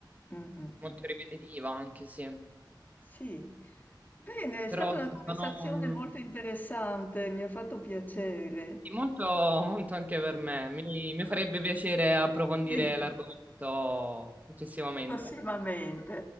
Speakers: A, on the left; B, on the right.
A: Mm, mm,
B: molto
A: mm.
B: ripetitiva anche, sì.
A: Sì, bene, è stata
B: Però
A: una
B: sì,
A: conversazione
B: sono mm,
A: molto interessante, mi ha fatto piacere.
B: sì, molto, molto anche per me. Mi, mi farebbe piacere approfondire
A: Sì,
B: l'argomento successivamente.
A: prossimamente.